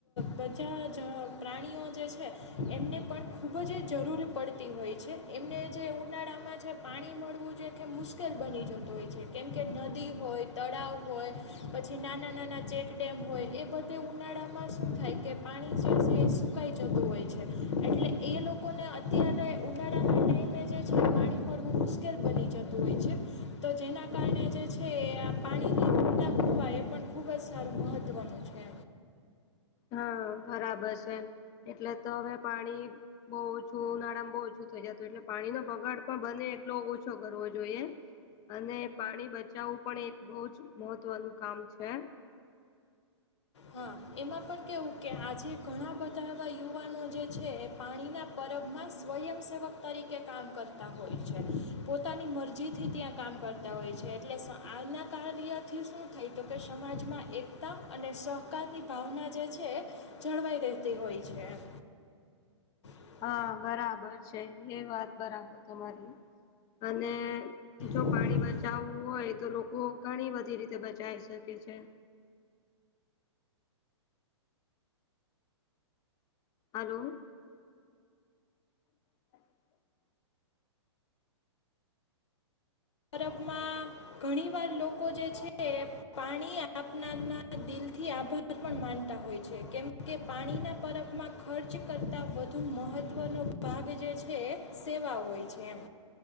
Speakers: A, on the left; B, on the left.
A: બધા જ પ્રાણીઓ જે છે એમને પણ ખૂબ જ જરૂર પડતી હોય છે. એમને જે ઉનાળામાં છે પાણી મળવું જો કે મુશ્કેલ બની જતું હોય છે કેમ કે નદી હોય તળાવ હોય પછી નાના નાના ચેકડેમ હોય એ બધું તે ઉનાળામાં શું થાય કે પાણી જે છે એ સુ કાઈ જતું હોય છે એટલે એ લોકોને અત્યારે ઉનાળા માટે જે છે પાણી મળવું મુશ્કેલ બની જતું હોય
B: <inaudible>
A: છે તો જેના કારણે જે છે એ આ પાણીના કુંડા મૂકવા એ પણ ખૂબ જ સારું મહત્ત્વનું છે.
B: હા બરાબર છે એટલે તો હવે પાણી બઉ ઓછું ઉનાળમાં બહુ ઓછું થઇ જતું એટલે પાણી નો બગાડ પણ બને એટલો ઓછો કરવો જોઈએ. અને પાણી બચાવવું પણ એક બહુ જ મહત્વનું કામ છે.
A: હા એમાં પણ કેવું કે આજે ઘણા બધા એવા યુવાનો જે છે એ પાણીના પરબમાં સ્વયંસેવક તરીકે કામ કરતા હોય છે. પોતાની મરજીથી ત્યાં કામ કર હોય છે એટલે આના કાર્યથી શું થાય તો કે સમાજમાં એકતા અને કાલની ભાવના જે છે, જળવાઈ રહેતી હોય છે એમ. પાણી
B: હા બરાબર છે એ વાત બરાબર તમારી. અને જો
A: બચાવવાનું
B: પાણી બચાવવું
A: હોય
B: હોય તો લોકો ઘણી બધી રીતે બચાઈ શકે છે. આલો <inaudible>
A: <unintelligible> માં ઘણી વાર લોકો જે છે એ પાણી આપનારના દિલથી આભાર પણ માનતા હોય છે. કેમ કે પાણીના પરફમાં ખર્ચ કરતા વધુ મહત્વનો ભાગે જે છે, સેવા હોય છે એમ.